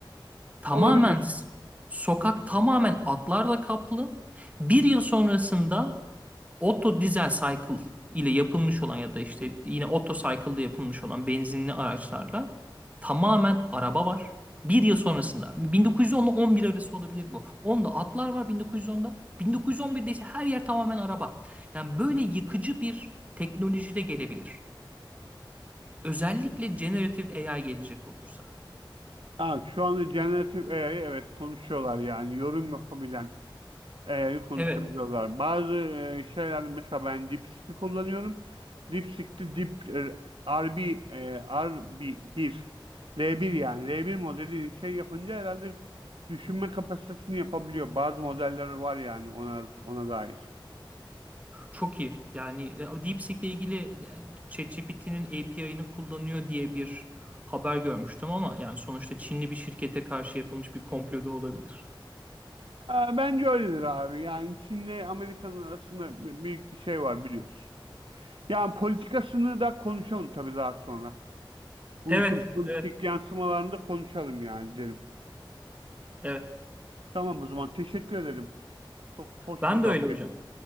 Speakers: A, on the right; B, on the right.
A: Tamamen
B: Olabilir.
A: s- sokak tamamen atlarla kaplı. Bir yıl sonrasında Otto Diesel Cycle ile yapılmış olan ya da işte yine Otto Cycle ile yapılmış olan benzinli araçlarla tamamen araba var. Bir yıl sonrasında 1910 ile 11 arası olabilir bu. onda atlar var 1910'da. 1911'de ise her yer tamamen araba. Yani böyle yıkıcı bir teknoloji de gelebilir. Özellikle generative AI gelecek olursa.
B: Ha, şu anda generatif AI evet konuşuyorlar yani yorum yapabilen e, konuşabiliyorlar.
A: Evet.
B: Bazı e, şeylerde mesela ben DeepSeek'i kullanıyorum. DeepSeek'te Deep e, RB e, rb bir L1 yani L1 modeli şey yapınca herhalde düşünme kapasitesini yapabiliyor. Bazı modeller var yani ona ona dair.
A: Çok iyi. Yani e, DeepSeek ile ilgili e, ChatGPT'nin API'ını kullanıyor diye bir haber görmüştüm ama yani sonuçta Çinli bir şirkete karşı yapılmış bir komplo da olabilir.
B: Ee, Bence öyledir abi. Yani Çin'le Amerika'nın arasında bi- büyük bir şey var biliyorsun. Yani politikasını da konuşalım tabii daha sonra. Bu
A: Evet,
B: işin politik
A: evet,
B: yansımalarını da konuşalım yani derim.
A: evet.
B: Tamam o zaman teşekkür ederim. Çok hoş
A: Ben
B: bir şey
A: de öyle hocam.